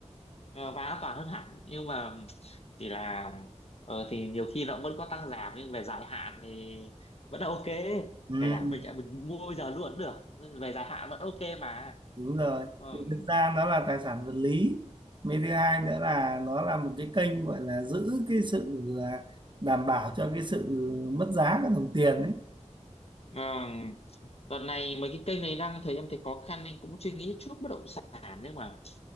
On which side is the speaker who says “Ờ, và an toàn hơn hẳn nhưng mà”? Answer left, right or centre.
Left